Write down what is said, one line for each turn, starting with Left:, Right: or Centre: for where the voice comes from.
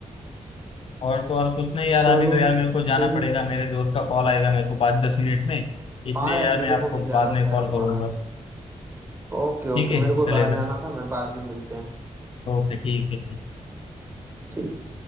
Left: और तो और कुछ नहीं यार
Right: चलो
Left: अभी तो यार मेरे को
Right: ठीक
Left: जाना पड़ेगा
Right: है।
Left: मेरे दोस्त का कॉल आएगा मेरे को पाँच दस मिनट में इसलिए
Right: हाँ यार
Left: यार मैं
Right: मेरे
Left: आपको
Right: को भी जाना
Left: बाद में
Right: था
Left: कॉल
Right: यार
Left: करूंगा
Right: बाहर ओके
Left: ठीक
Right: ओके
Left: है
Right: मेरे को
Left: चलेगा
Right: भी बाहर जाना था मैं बाद में मिलते हैं
Left: ओके ठीक है
Right: ठीक